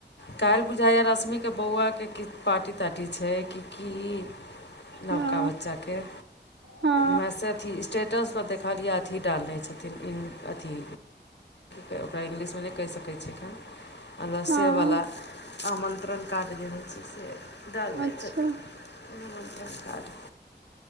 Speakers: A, on the left (about 70°); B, on the right (about 70°).
A: काइल बुझैये रश्मिके बौआ केँ किछ पार्टी ताटी छै कि की नवका
B: हँ
A: बच्चा केँ
B: हँ
A: मैसेज अथि स्टेटस पर देखलियै अथि डालने छथिन अथि तऽ ओकरा इंग्लिशमे नहि कहि सकय अखन अगसे
B: हँ
A: वला <inaudible> आमन्त्रण काड जे होइ छै से डालने
B: अच्छा
A: छथिन <inaudible> निमंत्रण कार्ड।